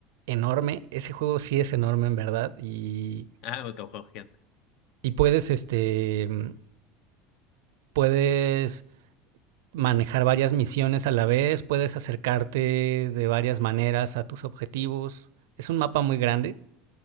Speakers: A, on the right; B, on the left.
A: enorme. Ese juego sí es enorme en verdad y,
B: Ah, otro juego gigante.
A: y puedes, este, mm, puedes manejar varias misiones a la vez, puedes acercarte de varias maneras a tus objetivos. Es un mapa muy grande,